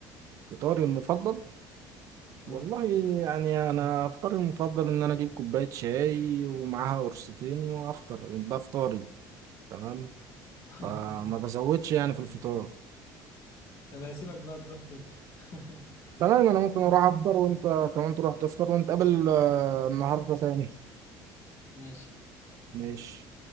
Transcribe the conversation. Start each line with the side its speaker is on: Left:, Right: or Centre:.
Right: فطاري المفضل
Left: اه
Right: والله يعني انا افطاري المفضل ان انا اجيب كوبايه شاي ومعاها قرصتين وافطر ده فطاري تمام
Left: <laughs>
Right: فما بزودش يعني في الفطار
Left: طب هسيبك بقى تروح تفطر <laughs>
Right: تمام انا ممكن اروح افطر وانت كمان تروح تفطر ونتقابل آه، النهارده تاني
Left: ماشي
Right: ماشي